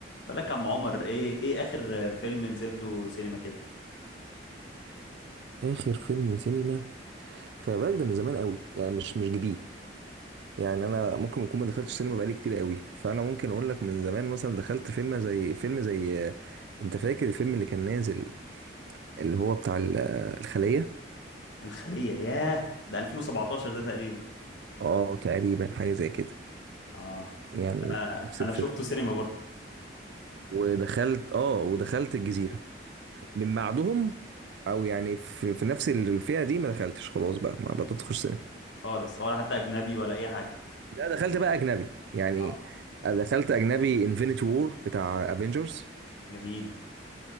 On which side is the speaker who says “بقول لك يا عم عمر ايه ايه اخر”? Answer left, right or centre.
Left